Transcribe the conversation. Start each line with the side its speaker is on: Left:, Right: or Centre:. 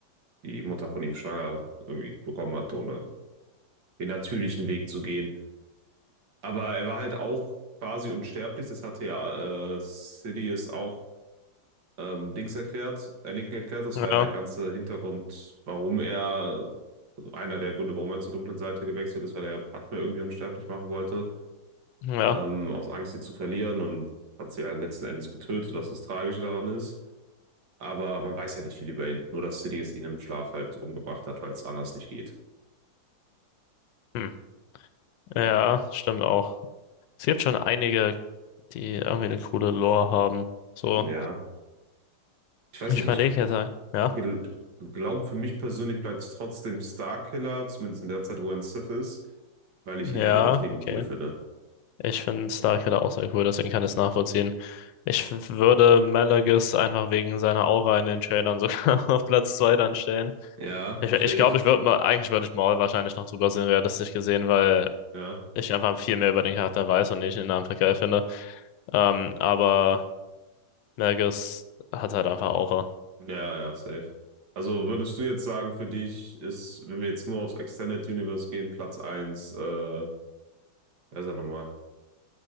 Right: die Mutter von ihm schwanger irgendwie bekommen hat, ohne den natürlichen Weg zu gehen. Aber er war halt auch quasi unsterblich, das hatte ja äh, Sidious auch ähm, Dings erklärt, Anakin erklärt, das
Left: Ja,
Right: war ja der ganze Hintergrund, warum er, einer der Gründe, warum er zur dunklen Seite gewechselt ist, weil er ja Padme irgendwie unsterblich machen wollte,
Left: ja,
Right: ähm, aus Angst, sie zu verlieren und hat sie halt letzten Endes getötet, was das Tragische daran ist. Aber man weiß ja nicht viel über ihn, nur dass Sidious ihn im Schlaf halt umgebracht hat, weil es anders nicht geht.
Left: hm. Ja, stimmt auch. Es gibt schon einige, die irgendwie eine coole Lore haben. So,
Right: Ja, ich weiß
Left: ich
Right: nicht,
Left: überlege
Right: ich
Left: jetzt, halt. ja,
Right: gel glaube, für mich persönlich bleibt es trotzdem Starkiller, zumindest in der Zeit, wo er ein Sith ist, weil
Left: ja,
Right: ich ihn halt übertrieben
Left: okay.
Right: cool finde.
Left: Ich finde Star Killer auch sehr cool, deswegen kann ich es nachvollziehen. Ich würde Malagis einfach wegen seiner Aura in den Trailern sogar <laughs> auf Platz 2 dann stellen.
Right: Ja,
Left: Ich
Right: verstehe
Left: glaube, ich, glaub,
Right: ich.
Left: ich würde mal, eigentlich würde ich Maul wahrscheinlich noch drüber sehen, realistisch gesehen, weil
Right: Ja,
Left: ich einfach viel mehr über den Charakter weiß und ich ihn einfach geil finde. Ähm, aber Melges hat halt einfach Aura.
Right: ja, ja, safe. Also würdest du jetzt sagen, für dich ist, wenn wir jetzt nur aufs Extended Universe gehen, Platz eins äh, wer ist er nochmal?